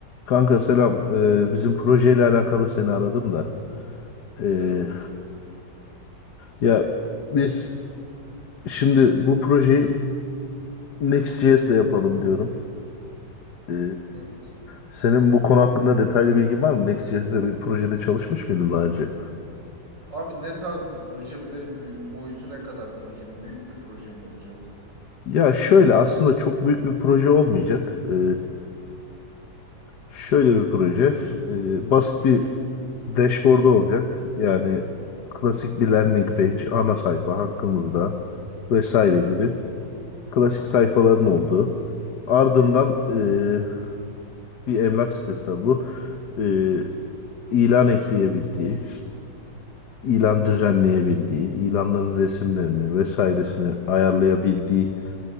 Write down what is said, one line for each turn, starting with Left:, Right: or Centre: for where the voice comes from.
Left: Kanka selam. Ee, bizim projeyle alakalı seni aradım da. Ee,
Right: Selam.
Left: ya
Right: Ee, hı
Left: biz
Right: hı.
Left: şimdi bu projeyi Next.js ile yapalım diyorum. Ee,
Right: Next.js.
Left: senin bu konu hakkında detaylı bilgin var mı? Next.js'de bir projede çalışmış mıydın daha önce?
Right: Abi ne tarz bir proje bir de büyü- boyutu ne kadar projenin? Büyük bir proje mi olacak?
Left: Ya şöyle aslında çok büyük bir proje olmayacak. Ee, şöyle bir proje. Ee, basit bir dashboard olacak. Yani klasik
Right: Hı hı.
Left: bir landing page, ana sayfa hakkımızda vesaire
Right: Hı.
Left: gibi. klasik sayfaların olduğu. Ardından
Right: Okey.
Left: eee, bir emlak sitesi tabii bu. Eee,
Right: Hı hı.
Left: ilan ekleyebildiği, ilan
Right: Hı hı.
Left: düzenleyebildiği, ilanların resimlerini vesairesini ayarlayabildiği